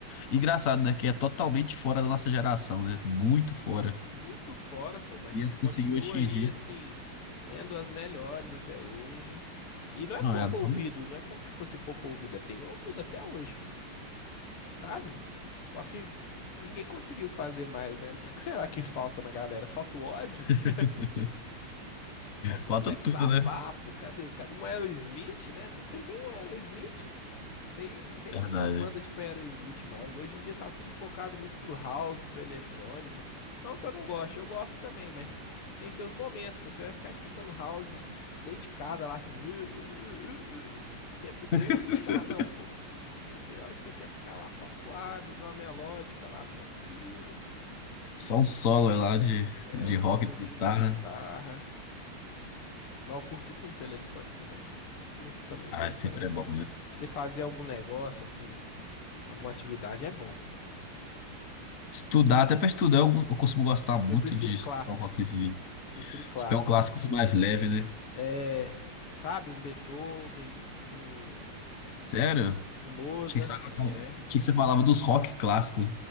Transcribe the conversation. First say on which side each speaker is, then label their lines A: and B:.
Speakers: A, on the left; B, on the left.
A: Engraçado, né? Que é totalmente fora da nossa geração, né? Muito fora.
B: Muito fora, pô, mas
A: E essa
B: que continua
A: conseguiu atingir.
B: aí, assim, sendo as melhores até hoje. E não é
A: Não,
B: pouco
A: é. não-
B: ouvido, não é como se fosse pouco ouvido, é bem ouvido até hoje, pô. sabe? Só que ninguém conseguiu fazer mais, né? O que que será que falta na galera? Falta o ódio?
A: <laughs>
B: <laughs> Falta
A: Falta
B: o Black
A: tudo,
B: Sabbath,
A: né?
B: pô. Cadê? Ca- Um Aerosmith, né? Não tem nem um Aerosmith, pô. Nem, nem
A: Verdade.
B: umas bandas tipo Aerosmith mais. Hoje em dia tá tudo focado muito pro house, pra eletrônica. Não que eu não goste, eu gosto também, mas tem seus momentos. Você vai ficar escutando house dentro de casa lá, assim, "Uh, uh, uh, uh", uh", assim, o tempo todo,
A: <laughs>
B: não dá não, pô. Entendeu? Tem hora que você quer ficar lá só suave, ouvir uma melódica lá, tranquilo.
A: Só um solo lá de,
B: É
A: de
B: um
A: rock,
B: solozinho
A: de guitarra.
B: de guitarra. Mas eu curto muito a eletrônica, velho. Curto também,
A: Ah,
B: pensando
A: sempre
B: assim.
A: é bom, né?
B: Pra você fazer algum negócio, assim, alguma atividade é bom.
A: Estudar, até pra estudar, eu, eu costumo gostar muito
B: Eu prefiro
A: de
B: clássica.
A: escutar um rockzinho.
B: Prefiro clássica.
A: Se pegar um clássico mais leve, né?
B: É, sabe, um Beethoven, um,
A: Sério?
B: um Mozart.
A: Achei que você, achei
B: É.
A: que você falava dos rock clássicos.